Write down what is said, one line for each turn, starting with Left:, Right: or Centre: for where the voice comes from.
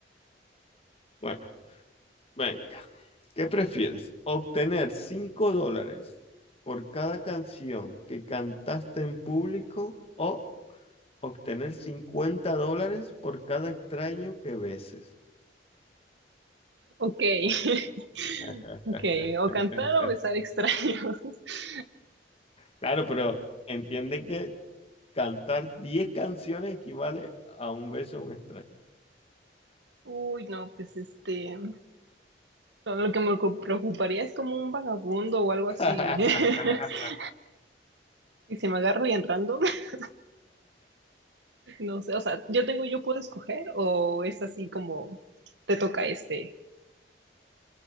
Left: Bueno, venga. ¿Qué prefieres? ¿Obtener 5 dólares por cada canción que cantaste en público o obtener 50 dólares por cada extraño que beses.
Right: Ok, <laughs>
Left: <laughs>
Right: ok, o cantar o besar extraños. <laughs>
Left: Claro, pero entiende que cantar 10 canciones equivale a un beso a un extraño.
Right: Uy, no, pues este, todo lo que me ocu- preocuparía es como un vagabundo o algo
Left: <laughs>
Right: así. <laughs> Y si me agarro y entrando, <laughs> no sé, o sea, yo tengo, yo puedo escoger o es así como te toca este.